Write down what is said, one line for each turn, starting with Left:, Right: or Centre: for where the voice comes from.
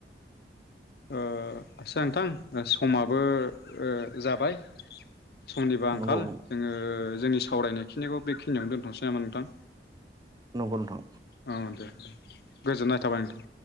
Left: ओ आच्छा नोंथां समाबो ओ जाबाय समनिबो आंखाल
Right: नंगौ नंगौ
Left: जोङो जोंनि सावरायनाय खिनिखौ बेखिनियावनो दोनथनोसै नामा नोंथां
Right: नंगौ नोंथां
Left: औ दे दे गोजोननाय थाबाय नोंथां।